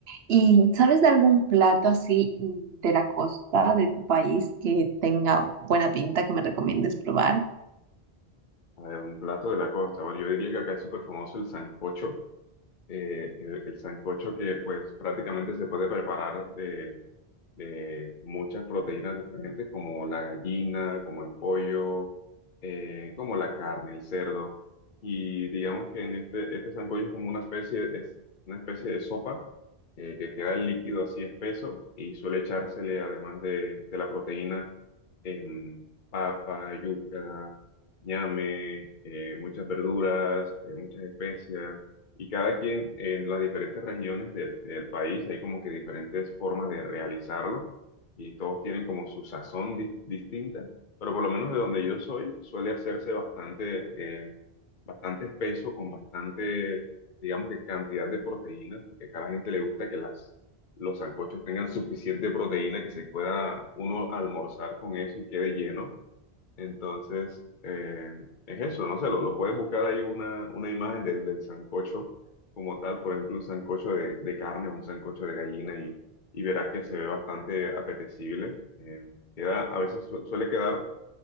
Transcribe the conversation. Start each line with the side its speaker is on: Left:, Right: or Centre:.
Right: ¿Y sabes de algún plato así mm, de la costa de tu país que tenga buena pinta que me recomiendes probar?
Left: A ver, un plato de la costa. Bueno, yo diría que acá es súper famoso el sancocho. eh, el, el sancocho que pues prácticamente se puede preparar de, de muchas proteínas diferentes como la gallina, como el pollo, eh, como la carne, el cerdo. Y digamos que en este, este sancocho es como una especie, es una especie de sopa eh, que queda el líquido así espeso y suele echársele además de, de la proteína em, papa, yuca, ñame, eh, muchas verduras, eh, muchas especias y cada quien en las diferentes regiones del, del país hay como que diferentes formas de realizarlo y todos tienen como su sazón di- distinta, pero por lo menos de donde yo soy suele hacerse bastante, eh, bastante espeso con bastante, digamos que cantidad de proteína, porque acá a la gente le gusta que las, los sancochos tengan suficiente proteína que se pueda uno almorzar con eso y quede lleno. Entonces, eh, es eso, no sé, lo, lo puedes buscar ahí una, una imagen del, del sancocho como tal, por ejemplo, un sancocho de, de carne o un sancocho de gallina y, y verás que se ve bastante apetecible. Eh, queda, a veces su- suele quedar